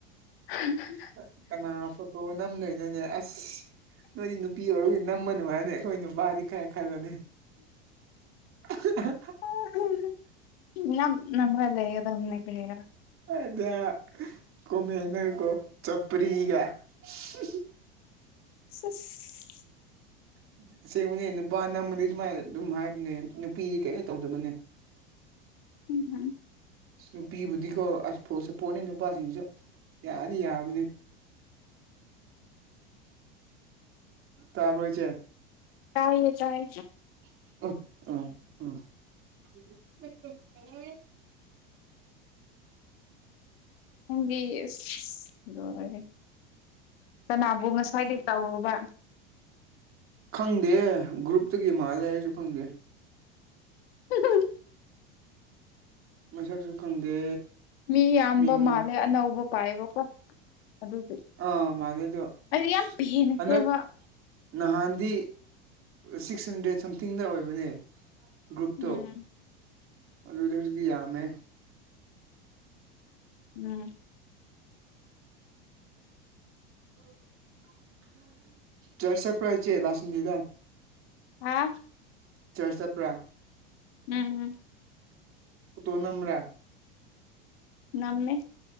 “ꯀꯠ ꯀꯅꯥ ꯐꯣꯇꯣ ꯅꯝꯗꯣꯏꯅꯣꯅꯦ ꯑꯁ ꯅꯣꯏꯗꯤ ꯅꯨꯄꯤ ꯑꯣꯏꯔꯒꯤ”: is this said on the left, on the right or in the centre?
Right